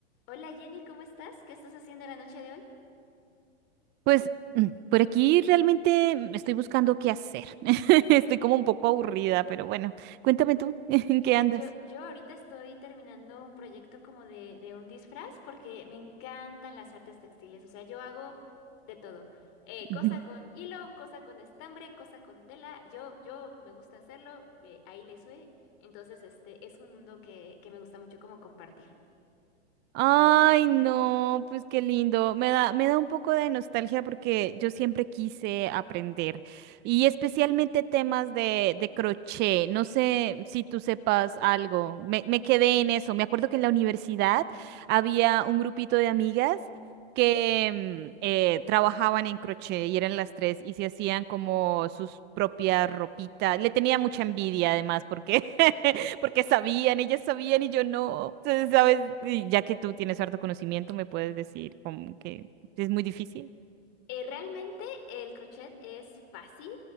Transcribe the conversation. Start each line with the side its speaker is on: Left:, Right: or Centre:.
Left: Hola Jenny, ¿cómo estás? ¿Qué estás haciendo la noche de hoy?
Right: Pues mm, por aquí realmente mm, estoy buscando qué hacer. <laughs> Estoy como un poco aburrida, pero bueno, cuéntame tú, <laughs> ¿en qué andas?
Left: Yo, yo ahorita estoy terminando un proyecto como de, de un disfraz porque me encantan las artes textiles, o sea, yo hago de todo. Eh, cosa
Right: <laughs>
Left: con hilo, cosa con estambre, cosa con tela, yo, yo me gusta hacerlo, eh, ahí le sube, entonces este es un mundo que, que me gusta mucho como compartir.
Right: Ay, no, pues qué lindo. Me da, me da un poco de nostalgia porque yo siempre quise aprender y especialmente temas de, de crochet. No sé si tú sepas algo. Me, me quedé en eso. Me acuerdo que en la universidad había un grupito de amigas que mm, eh, trabajaban en crochet y eran las tres y se hacían como sus propias ropitas. Le tenía mucha envidia además porque <laughs> Porque sabían, ellas sabían y yo no. Entonces, ¿sabes? Y ya que tú tienes harto conocimiento, me puedes decir como que es muy difícil.
Left: Eh, realmente el crochet es fácil